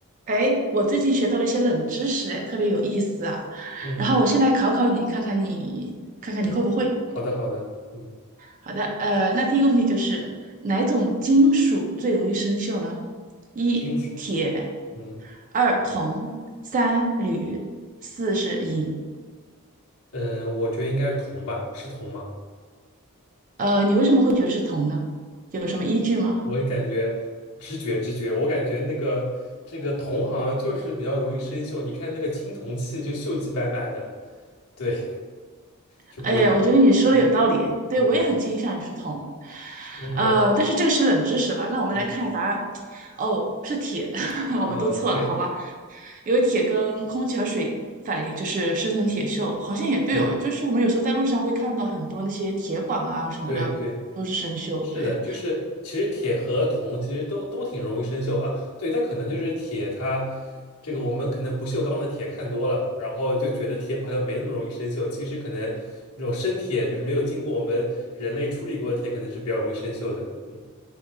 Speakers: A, on the right; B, on the left.
A: 哎，我最近学到了一些冷知识，哎，特别有意思啊。
B: 嗯嗯，
A: 然后我先来考考你，看看你看看你会不会。
B: 好的好的，嗯
A: 好的，呃，那第一个问题就是哪种金属最容易生锈呢？一铁，
B: 金属，嗯
A: 二铜，三铝，四是银。
B: 嗯，我觉得应该是铜吧，是铜吗？
A: 呃，你为什么会觉得是铜呢？有什么依据吗？
B: 我也感觉直觉直觉，我感觉那个这个铜好像就是比较容易生锈，你看那个青铜器就锈迹斑斑的，对，就古代，
A: 哎，我觉得你说的有道理，
B: 嗯，
A: 对，
B: 嗯
A: 我也很倾向于是铜，
B: 那应该是，
A: 呃，但是这个是冷知识吧？那我们来看一下答案，
B: 嗯
A: 哦，是铁，<laughs> 我们都错了，
B: 嗯，对
A: 好吧？因为铁跟空气和水反应就是生成铁锈，好像也对哦，
B: 对
A: 就是我们有时候在路上会看到很多那些铁管啊什么的都是生锈，
B: 对对是的，
A: 对，
B: 就是其实铁和铜其实都都挺容易生锈啊。对，它可能就是铁它这个我们可能不锈钢的铁看多了，然后就觉得铁好像没那么容易生锈。其实可能那种生铁就是没有经过我们人类处理过的铁，可能是比较容易生锈的。嗯，